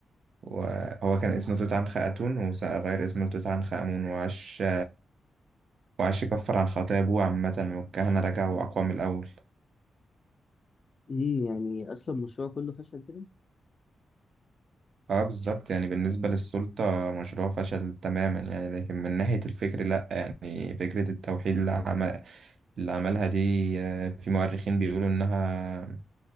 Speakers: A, on the right (about 60°); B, on the left (about 35°).
A: وهو كان اسمه توت عنخ آتون وغير اسمه لتوت عنخ آمون وعاش وعاش يكفر عن خطايا أبوه عامة والكهنة رجعوا أقوى من الأول
B: مم، يعني أصلا المشروع كله فشل كده؟
A: اه بالظبط يعني بالنسبة للسلطة مشروع فشل تماما يعني لكن من ناحية الفكر لأ يعني فكرة التوحيد اللي, عم... اللي عملها دي آه، في مؤرخين بيقولوا إنها